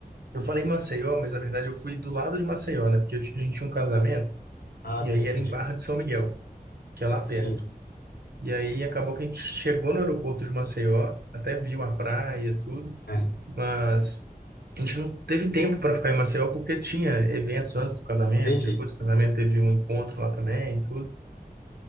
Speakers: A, on the right (about 85°); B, on the left (about 80°).
A: eu falei Maceió, mas na verdade eu fui do lado de Maceió, né? Porque eu- tinha- a gente tinha um casamento
B: Ah,
A: e
B: tá,
A: aí
B: entendi.
A: era em Barra de São Miguel, que é lá
B: Sim,
A: perto. E aí acabou que a gente chegou no aeroporto de Maceió, até viu a praia e tudo,
B: é,
A: mas a gente não teve tempo para ficar em Maceió porque tinha eventos antes do casamento,
B: entendi.
A: depois do casamento teve um encontro lá também e tudo.